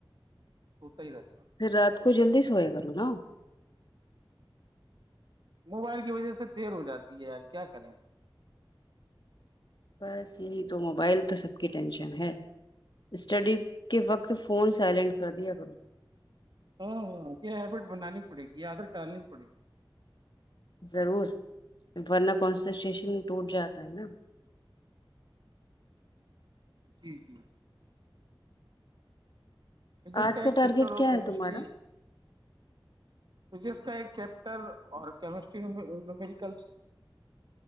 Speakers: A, on the right; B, on the left.
A: سوتا ہی رہتا
B: پھر رات کو جلدی سویا کرو نا
A: موبائل کی وجہ سے دیر ہو جاتی ہے یار کیا کریں
B: بس یہی تو موبائل تو سب کی ٹینشن ہے اسٹڈی کے وقت فون سائلنٹ کر دیا کرو
A: ہاں ہ یہ ہیبٹ بن نانیگییادر ڈالک کوی
B: ضرور ورنہ کنسنسٹشن ٹوٹ جاتا ہے نا
A: جی جی فزکس
B: آج
A: کا ایک
B: ٹارگیٹ
A: چیپٹر اور
B: کیا
A: کیمسٹری
B: ہے تمہارا
A: فزکس کا ایک چیپٹر اور کیمسٹری نومیریکلس